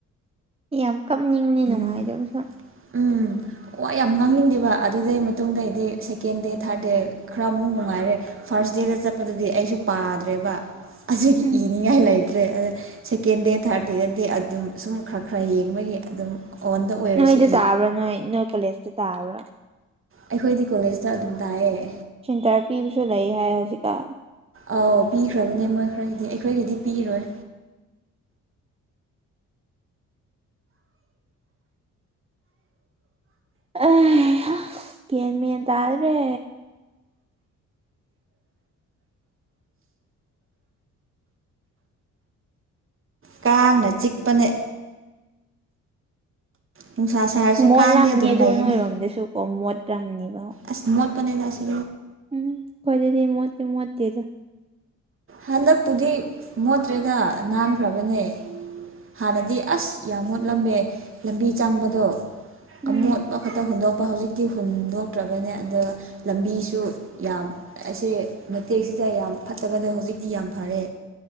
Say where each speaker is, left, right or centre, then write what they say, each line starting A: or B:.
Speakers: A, on the right; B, on the right.
A: ꯌꯥꯝ ꯀꯞꯅꯤꯡꯕꯅꯤ ꯅꯨꯡꯉꯥꯏꯗꯕꯁꯨ
B: ꯎꯝ ꯎꯝ ꯋꯥ ꯌꯥꯝ ꯉꯥꯡꯅꯤꯡꯗꯦꯕ ꯑꯗꯨꯗꯩ ꯃꯇꯨꯡꯗꯩꯗꯤ ꯁꯦꯀꯦꯟ ꯗꯦ ꯊꯥꯔꯠ ꯗꯦ ꯈꯔ ꯑꯃꯨꯛ ꯅꯨꯡꯉꯥꯏꯔꯦ ꯐꯥꯔ ꯥꯔꯁ ꯗꯦꯗ ꯆꯠꯄꯗꯗꯤ ꯑꯩꯁꯨ ꯄꯥꯗ꯭ꯔꯦꯕ ꯑꯁꯤꯒꯤ
A: ꯎꯝ
B: ꯏꯅꯤꯡꯉꯥꯏ ꯂꯩ ꯐꯠꯇ꯭ꯔꯦ ꯑꯗ ꯁꯦꯀꯦꯟ ꯗꯦ ꯊꯥꯔꯠ ꯗꯦꯗꯗꯤ ꯑꯗꯨꯝ ꯁꯨꯝ ꯈꯔ ꯈꯔ ꯌꯦꯡꯕꯒꯤ ꯑꯗꯨꯝ ꯑꯣꯟꯗ ꯑꯣꯏꯔꯁꯤ
A: ꯅꯣꯏꯗ ꯇꯥꯕ꯭ꯔꯥ ꯅꯣꯏ ꯅꯣꯏ ꯀꯣꯂꯦꯖꯇ ꯇꯥꯕ꯭ꯔꯥ
B: ꯑꯩꯈꯣꯏꯗꯤ ꯀꯣꯂꯦꯖꯇ ꯑꯗꯨꯝ ꯇꯥꯏꯑꯦ
A: ꯁꯤꯟꯇꯔ ꯄꯤꯕꯁꯨ ꯂꯩ ꯍꯥꯏ ꯍꯧꯖꯤꯛꯀꯥꯟ
B: ꯑꯥꯎ ꯄꯤꯈ꯭ꯔꯕꯅꯦ ꯃꯣꯏ ꯈꯔꯒꯤꯗꯤ ꯑꯩꯈꯣꯏꯒꯤꯗꯤ ꯄꯤꯔꯣꯏ
A: ꯑ ꯀꯦꯟꯃꯦꯜ ꯇꯗ꯭ꯔꯦ
B: ꯀꯥꯡꯅ ꯆꯤꯛꯄꯅꯦ ꯅꯨꯡꯁꯥ ꯁꯥꯔꯁꯨ
A: ꯃꯣꯠꯂꯝꯅꯤ
B: ꯀꯥꯡꯗꯤ ꯑꯗꯨꯝ
A: ꯑꯗꯨ
B: ꯂꯩꯌꯦꯅꯦ
A: ꯅꯣꯏꯔꯣꯝꯗꯁꯨꯀꯣ ꯃꯣꯠꯂꯝꯅꯤꯕ
B: ꯑꯁ ꯃꯣꯠ ꯄꯅꯤꯦꯗ ꯁꯤ
A: ꯎꯝ ꯈꯣꯏꯗꯗꯤ ꯃꯣꯠꯇꯤ ꯃꯠꯇꯦꯗ
B: ꯍꯟꯗꯛꯄꯨꯗꯤ ꯃꯣꯠꯇ꯭ꯔꯒ ꯅꯥꯟꯈ꯭ꯔꯕꯅꯦ ꯍꯥꯟꯅꯗꯤ ꯑꯁ ꯌꯥꯝ ꯃꯣꯠꯂꯝꯃꯦ ꯂꯝꯕꯤ ꯆꯪꯕꯗꯣ
A: ꯎꯝ
B: ꯑꯃꯣꯠꯄ ꯈꯛꯇ ꯍꯨꯗꯣꯛ ꯍꯧꯖꯤꯛꯇꯤ ꯍꯨꯟꯗꯣꯛꯇ꯭ꯔꯕꯅꯦ ꯑ ꯂꯝꯕꯤꯁꯨ ꯌꯥꯝ ꯑꯁꯦ ꯃꯇꯦꯛꯁꯤ ꯁꯤꯗ ꯌꯥꯝ ꯐꯠꯇꯕꯗ ꯍꯧꯖꯤꯛꯇꯤ ꯌꯥꯝ ꯐꯔꯦ